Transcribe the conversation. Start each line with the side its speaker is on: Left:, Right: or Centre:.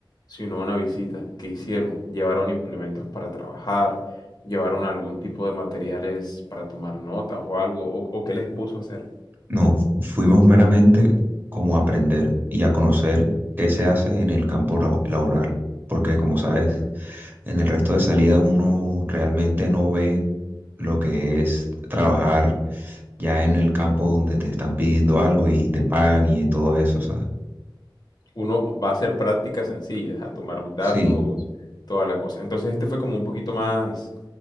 Left: sino a una visita, ¿qué hicieron? ¿Llevaron implementos para trabajar? ¿Llevaron algún tipo de materiales para tomar notas o algo? ¿O, o qué les puso a hacer?
Right: No, fuimos meramente como a aprender y a conocer qué se hace en el campo rau- laboral, porque como sabes, en el resto de salidas uno realmente no ve lo que es trabajar ya en el campo donde te están pidiendo algo y te pagan y todo eso, ¿sabes?
Left: Uno va a hacer prácticas sencillas, a tomar datos,
Right: Sí.
Left: toda la cosa. Entonces este fue como un poquito más,